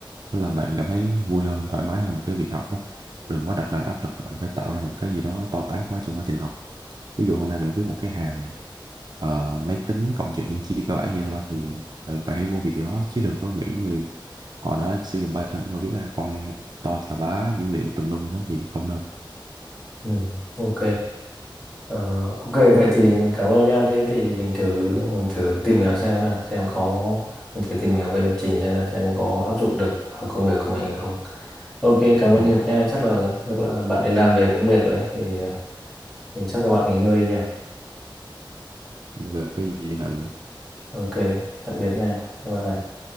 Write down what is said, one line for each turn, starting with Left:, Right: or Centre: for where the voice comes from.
Right: nó làm bạn cảm thấy vui hơn thoải mái hơn với cái việc học đó. đừng quá đặt nặng áp lực là bạn phải tạo ra một cái gì đó to tát quá trong quá trình học ví dụ hôm nay bạn viết một cái hàm ờ, máy tính cộng trừ nhân chia cơ bản vậy thôi thì ừ, bạn hãy vô vì điều đó chứ đừng có nghĩ người họ đã sử dụng Python để mà viết ra con nghe to chà bá dữ liệu tùm lum đó thì không nên
Centre: Ừ, ok Ờ, ok vậy thì mình cảm ơn nha thế thì mình thử mình thử tìm hiểu xem nào xem có mình thử tìm hiểu về lập trình xem là xem có áp dụng được vào công việc của mình không ok cảm ơn
Right: ừ.
Centre: Hiệp nha chắc là chắc là bạn đi làm về cũng mệt rồi ấy. thì thì chắc là bạn nghỉ ngơi đi nha
Right: về cái gì hả mình
Centre: Ok, tạm biệt nha. Bye bye.